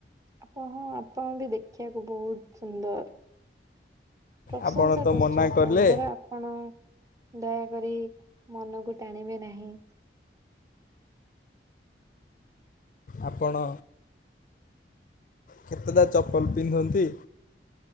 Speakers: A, on the right; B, on the left.
A: ଆପଣ ହଁ ଆପଣ ବି ଦେଖିବାକୁ ବହୁତ ସୁନ୍ଦର। ପ୍ରଶଂସା
B: ଆପଣ ତ
A: କରୁଛି
B: ମନା
A: ଆପଣଙ୍କର
B: କଲେ
A: ଆପଣ ଆପଣ ଦୟାକରି ମନକୁ ଟାଣିବେ ନାହିଁ।
B: ଆପଣ କେତେଟା ଚପଲ ପିନ୍ଧନ୍ତି?